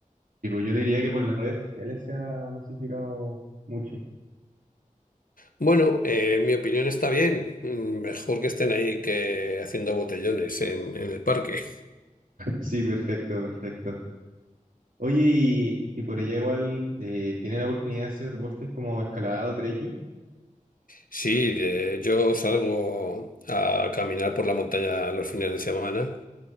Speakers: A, on the right; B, on the left.
A: Tipo, yo diría que por las redes sociales se ha masificado mucho.
B: Bueno, eh, en mi opinión está bien. Mm, Mejor que estén ahí que haciendo botellones en, en el parque. <laughs>
A: Sí, perfecto, perfecto. Oye, y, y por allá igual eh, tienen la oportunidad de hacer deportes como escalada o trekking.
B: Sí, de- yo salgo a caminar por la montaña los fines de semana